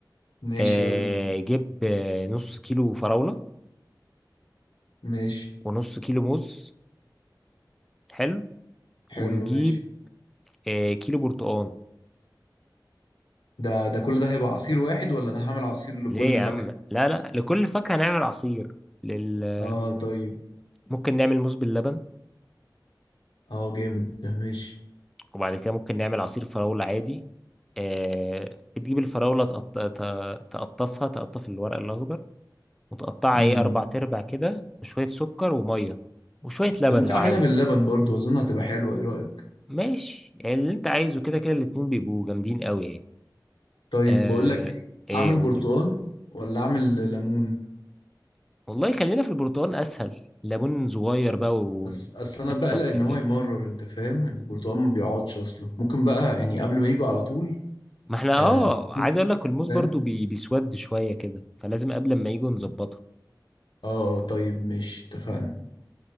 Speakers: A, on the left; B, in the centre.
A: ماشي
B: آه
A: اقول لك
B: جيب آه، نص كيلو فراولة
A: ماشي
B: ونص كيلو موز حلو
A: حلو
B: ونجيب
A: ماشي
B: آه كيلو برتقال
A: ده ده كل ده هيبقى عصير واحد ولا انا هعمل عصير لكل
B: ليه يا
A: فاكهه
B: عم لا لا لكل فاكهة نعمل عصير لل...
A: اه طيب
B: ممكن نعمل موز باللبن
A: اه جامد ده ماشي
B: وبعد كده ممكن نعمل عصير فراولة عادي آه بتجيب الفراولة تقط... ت- تقطفها تقطف الورق الأخضر وتقطعها
A: امم
B: إيه أربع تربع كده وشوية سكر ومية وشوية لبن
A: ممكن
B: لو
A: اعملها
B: عايز
A: باللبن برضو اظن هتبقى حلوه ايه رايك
B: ماشي يعني اللي أنت عايزه كده كده الاتنين بيبقوا جامدين قوي يعني
A: طيب
B: آه
A: بقول لك
B: إيه
A: اعمل
B: قول.
A: برتقال ولا اعمل ليمون
B: والله خلينا في البرتقال أسهل ليمون صغير بقى وهتصفي
A: بس اصل انا بقلق ان
B: كده
A: هو يمرر انت فاهم البرتقال ما بيقعدش اصله ممكن بقى يعني قبل ما يجوا على طول
B: ما احنا
A: آه
B: اه عايز اقول لك الموز برضو
A: فاهم
B: بي... بيسود شوية كده فلازم قبل ما يجوا نظبطها
A: اه طيب ماشي اتفقنا